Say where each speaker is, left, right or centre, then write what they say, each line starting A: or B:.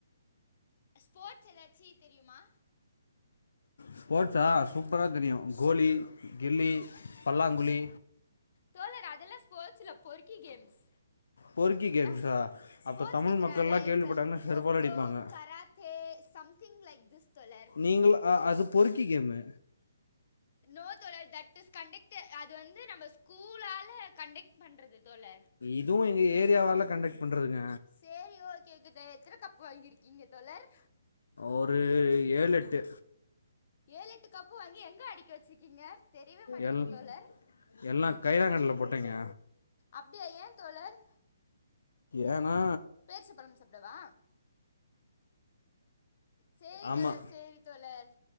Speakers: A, on the left (about 40°); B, on the left (about 75°).
A: ஸ்போர்ட்ஸ் எதாச்சி தெரியுமா
B: ஸ்போர்ட்ஸா சூப்பரா தெரியு கோலி, கில்லி, பல்லாங்குழி
A: தோழர் அதெல்லா ஸ்போர்ட்ஸ் இல்ல பொறுக்கி கேம்ஸ்
B: பொறுக்கி கேம்ஸா
A: நா ஸ்போர்ட்ஸ்
B: அப்போ தமிழ்
A: கேக்குற
B: மக்கள்லாம்
A: லைக்
B: கேள்விப்பட்டாங்கன்னா செருப்பால்
A: கொக்கோ
B: அடிப்பாங்க
A: karate something like this தோழர்
B: நீங்கள் அ- அது பொறுக்கி கேமு
A: நோ தோழர் தட் இஸ் கண்டக்ட் அது வந்து நம்ம ஸ்கூலால கண்டக்ட் பண்றது தோழர்
B: இதுவு எங்க ஏரியாவால கண்டக்ட் பண்றதுங்க
A: சரி ஓகே ஓகே தோழர் எத்தன கப் வாங்கியிருக்கீங்க தோழர்
B: ஒரு ஏழ் எட்டு
A: ஏழு எட்டு கப்பு வாங்கி எங்க அடிக்கி வச் சுருக்கிங்க தெரியவே மாட்டேங்குது
B: எல்
A: தோழர்
B: எல்லா கைலாங்கடைல போட்டேங்க
A: அப்டியா ஏ தோழர்
B: ஏனா
A: பேர்ச்ச பழம் சாப்டவா சேரி
B: ஆமா
A: தோழர் சேரி தோழர்